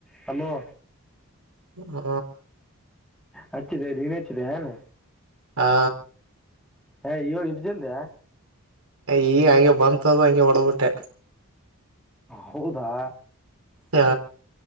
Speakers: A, in the centre; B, on the right.
A: Hello
B: ಹ್ಮ
A: ಹಚ್ಚಿದೆ ನೀನಚ್ಚಿದೆನ್
B: ಹಾ
A: ಹ ಇ ಇಪ್ಜಲ್ದ
B: ಈಗ ಹಂಗೆ ಬಂತ್ದು ಹಂಗೆ ಹೊಡೆದ್ ಬಿಟ್ಟೆ
A: ಹೌದಾ
B: ಹಾ